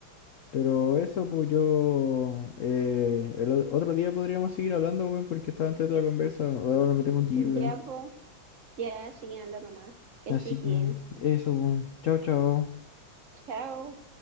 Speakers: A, on the left (about 75°); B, on the right (about 45°).
A: Pero eso, pues yo... eh, el o- otro día podríamos seguir hablando, weón, porque estaba antes de la conversa. Ahora me tengo que ir, weón.
B: ya, po, ya, sí, anda nomás. Que
A: Así
B: estés bien.
A: que eso, weón. Chao, chao.
B: Chao.